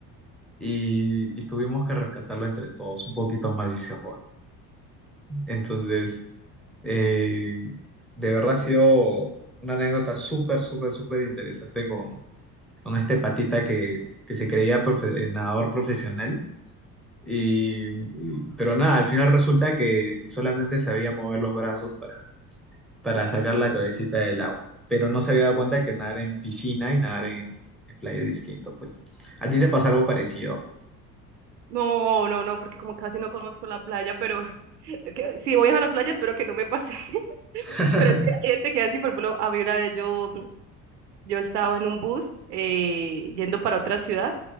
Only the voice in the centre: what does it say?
y- y tuvimos que rescatarlo entre todos, un poquito más y se fue. Entonces... Eh, de verdad ha sido una anécdota súper, súper, súper interesante con, con este patita que, que se creía profe- eh, nadador profesional. Y, y- pero nada, al final resulta que solamente sabía mover los brazos para, para sacar la cabecita del agua. Pero no se había dado cuenta que nadar en piscina y nadar en, en playa es distinto. Pues, ¿a ti te pasa algo parecido?
<laughs>